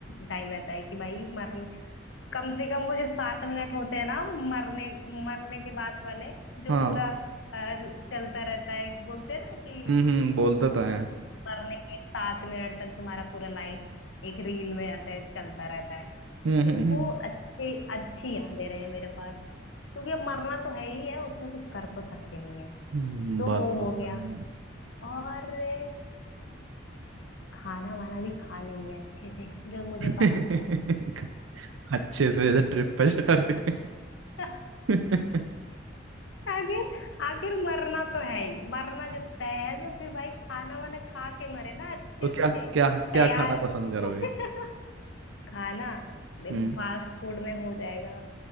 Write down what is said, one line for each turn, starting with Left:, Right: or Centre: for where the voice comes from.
Left: टाइम रहता है कि भाई मरने कम से कम वो जो सात मिनट होते हैं ना मरने मरने के बाद वाले जो
Right: हाँ
Left: पूरा अ, चलता रहता है बोलते हैं ना कि
Right: हम्म हम्म बोलता तो है
Left: मरने के सात मिनट तक तुम्हारा पूरा लाइफ एक रील में ऐसे चलता रहता है तो
Right: हम्म हम्म हम्म
Left: वो अच्छे अच्छी यादें रहे मेरे पास क्योंकि अब मरना तो है ही है उसमें कुछ कर तो सकते नहीं है
Right: हम्म,
Left: तो
Right: बात
Left: वो
Right: तो
Left: हो
Right: सही
Left: गया और और खाना वाना भी खा लेंगे अच्छे से जो मुझे पसंद
Right: है। <laughs>
Left: है
Right: अच्छे से इधर ट्रिप पे जा रहे
Left: <laughs>
Right: हैं।
Left: आखिर आखिर मरना तो है ही मरना
Right: <laughs>
Left: जब तय है तो फिर भाई खाना वाना खा के मरे ना अच्छे
Right: तो
Left: से
Right: क्या क्या क्या
Left: तैयार
Right: खाना पसंद करोगे
Left: <laughs> खाना देखो
Right: हम्म
Left: फास्ट फूड में हो जाएगा